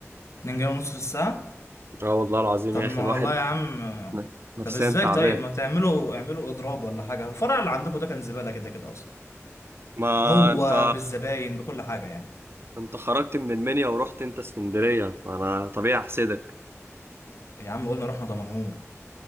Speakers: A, on the left (about 65°); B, on the right (about 50°).
A: اتنين جنيه ونص في الساعه
B: اه والله العظيم
A: طب
B: يا
A: ما
B: اخي الواحد
A: والله يا عم
B: ن- نفسيا
A: طب ازاي
B: تعبان
A: طيب ما تعملوا اعملوا اضراب ولا حاجه الفرع اللي عندكم ده كان زباله كده كده اصلا
B: ما
A: هو
B: انت
A: بالزباين بكل حاجه يعني
B: انت خرجت من المنيا ورحت انت اسكندرية انا طبيعي احسدك
A: يا عم قلنا رحنا دمنهور انت